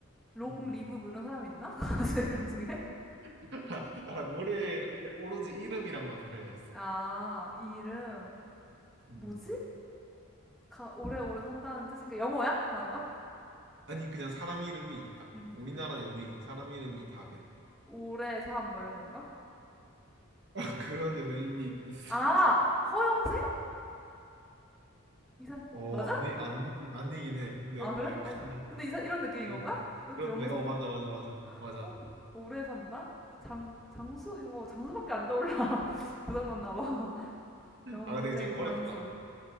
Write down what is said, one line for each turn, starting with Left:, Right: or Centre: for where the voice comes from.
Centre: 롱
Right: 음.
Centre: 리브 뭐 이런 사람 있나? <laughs> 가수 이름 중에?
Right: <laughs> 아, 노래 오로지 이름이랑만 관련 있어.
Centre: 아, 이름
Right: 음.
Centre: 뭐지? 가, 오래오래 산다는 뜻이 그니까 영어야? 단어가?
Right: 아니 그냥 사람 이름이 딱
Centre: 응.
Right: 우리나라 연예인 사람 이름이 답이야.
Centre: 오래 삶 뭐 이런 건가?
Right: <laughs> 그런 연예인이 있어?
Centre: 아, 허영생? 이사
Right: 어
Centre: 맞아?
Right: 아니 아니 아니긴 해. 근데
Centre: 아, 그래?
Right: 어 약간
Centre: 어. 근데 이사 이런 느낌인
Right: 오
Centre: 건가? 이것도
Right: 그렇네.
Centre: 영생
Right: 어, 맞아, 맞아, 맞아. 맞아.
Centre: 어? 오래 산다? 장, 장수? 이거 뭐 장수밖에 안 떠올라. <laughs> 고장났나 봐. <laughs> 영생,
Right: 아, 근데 이게 좀 어렵다.
Centre: 장수.